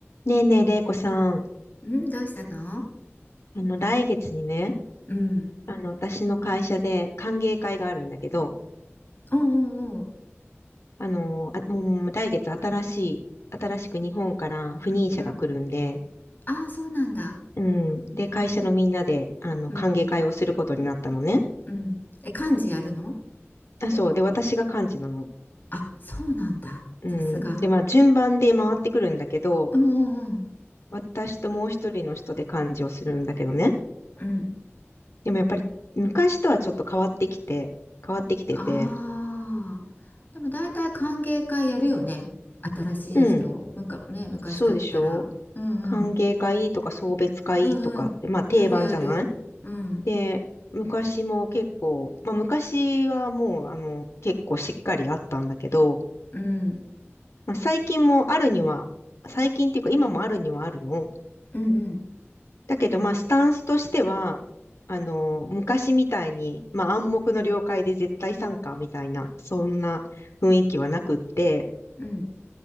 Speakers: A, on the left (about 90°); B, on the left (about 40°).
A: ねえねえ、れいこさん。
B: んどうしたの
A: あの、来月にね、
B: うん。
A: あの、私の会社で歓迎会があるんだけど、
B: おうおうおう。
A: あの、あ、もう来月新しい、新しく日本から赴任者が来るんで、
B: うん。ああ、そうなんだ。
A: うん。で、会社のみんなで、あの、
B: うん。
A: 歓迎会をすることになったのね。
B: うん。え、漢字やるの
A: あ、そう。で、私が幹事なの。
B: あ、そうなんだ。
A: うん。
B: さすが。
A: で、まあ、順番で回ってくるんだけど、
B: うんうん
A: 私ともう一人の人で幹事をするんだけどね。
B: うん。うん。
A: でもやっぱり、昔とはちょっと変わってきて、変わってきてて、
B: ああ。でも大体歓迎会やるよね。新しい人。
A: うん。
B: むか、ね、昔だったら。
A: そうでしょ
B: うんうん。
A: 歓迎会とか送別会とかって、
B: うんうん。
A: まあ定番じゃない
B: やるやる。うん。
A: で、昔も結構、まあ昔はもうあの結構しっかりあったんだけど、
B: うん。
A: まあ最近もあるには、最近っていうか今もあるにはあるの。
B: うんうん。
A: だけどまあスタンスとしては、あの、昔みたいに、まあ暗黙の了解で絶対参加みたいな、そんな雰囲気はなくって、
B: うん。